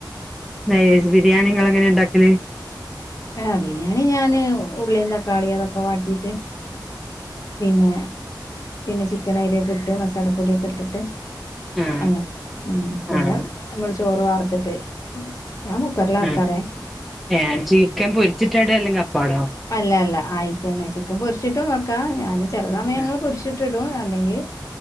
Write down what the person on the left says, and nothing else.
ആഹ് ബിരിയാണി ഞാന് ഉള്ളയും തക്കാളിയും അതൊക്കെ വാട്ടിട്ട് പിന്നെ പിന്നെ ചിക്കൻ അയിലേക്കിട്ട് മസാലപ്പൊടിയൊക്കെ ഇട്ടിട്ട്
അങ്ങനെ ഉം പിന്നെ
ഞമ്മള് ചോറ് വാർത്തിട്ട് ഞാൻ കു ക്കറിലാ വെക്കാറേ
അല്ല അല്ല ആയിത്ത തന്നെ ചിക്കൻ പൊരിച്ചിട്ടും വെക്കാ ഞാൻ ചില സമയങ്ങൾ
പൊരി ചിറ്റടും അല്ലെങ്കിൽ